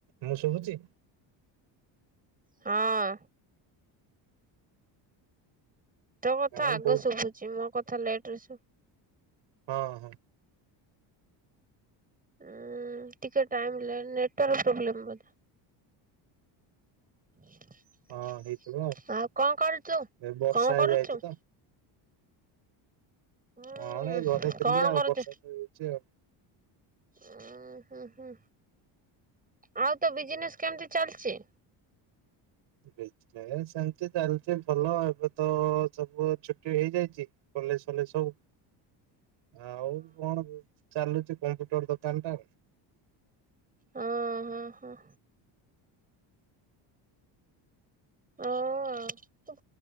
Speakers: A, on the right; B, on the right.
A: ମୁଁ ଶୁଭୁଛି?
B: ହଁ। ତୋ କଥା
A: ଆଉ
B: ଆଗ
A: କୋଉ
B: ଶୁଭୁଛି, ମୋ କଥା ଲେଟରେ ଶୁ
A: ହଁ, ହଁ।
B: ଉଁ ଟିକେ ଟାଇମ ନେଟୱାର୍କ ପ୍ରୋବ୍ଲେମ୍ ବୋଧେ। <inaudible>
A: ହଁ ହେଇଥିବ
B: ଆଉ କଣ କରୁଛୁ?
A: ଏ ବର୍ଷା
B: କଣ
A: ହେଇଯାଇଛି
B: କରୁଛୁ?
A: ତ
B: ହୁଁ
A: କଣ ଏଇ ଘରେ ଥିଲି
B: କଣ
A: ଆଉ
B: କରୁଛ
A: ବର୍ଷା
B: କି?
A: ତ ହେଇଛି ଆଉ।
B: ଓ ହୁଁ, ହୁଁ। ଆଉ ତୋ ବିଜିନେସ୍ କେମିତି ଚାଲିଛି?
A: ବିଜିନେସ ସେମିତି ଚାଲିଛି ଭଲ ଏବେ ତ ସବୁ ଛୁଟି ହେଇଯାଇଛି। କଲେଜ ଫଲେଜ ସବୁ।
B: <inaudible>
A: ଆଉ କଣ ଚାଲୁଛି କମ୍ପ୍ୟୁଟର ଦୋକାନ ଟା?
B: ହଁ, ହଁ, ହଁ। ଆଉ ତୁ